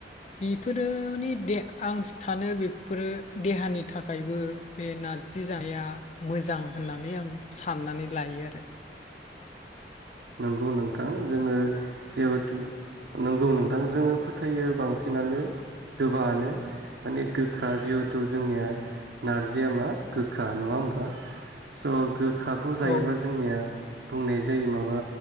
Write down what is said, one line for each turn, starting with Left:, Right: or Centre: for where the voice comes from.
Left: बेफोरो माने आं सानो बेफोरो देहानि थाखायबो बे नारजि जानाया मोजां होननानै आं साननानै लायो आरो।
Right: नंगौ नोंथां। जोङो जेहेथु नंगौ नोंथां जोङो फोथायो बांसिनानो गोबाङानो माने गोखा। जिहेथु जोंनिया नारजिया मा गोखा नङा होमबा स' गोखाखौ
Left: औ
Right: जायोबा जोंनिया बुंनाय जायो माबा